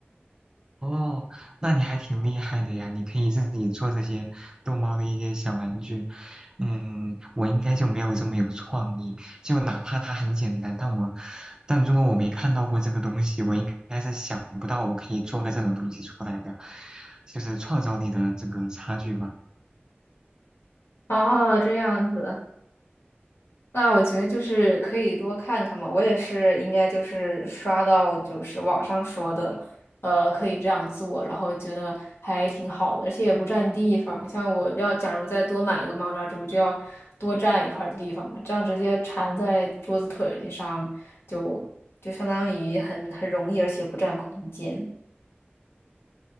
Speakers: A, on the right; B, on the left.
A: 哦，那你还挺厉害的呀！你可以自己做这些逗猫的一些小玩具。嗯，我应该就没有这么有创意。就哪怕它很简单，但我，但如果我没看到过这个东西，我应该是想不到我可以做个这种东西出来的，就是创造力的这个差距吧。
B: 哦，这样子。那我觉得就是可以多看看嘛，我也是应该就是刷到就是网上说的，呃，可以这样做，然后觉得还挺好的，而且也不占地方。像我要假如再多买一个猫抓猪，就要多占一块儿地方嘛，这样直接缠在桌子腿儿上就就相当于很很容易，而且不占空间。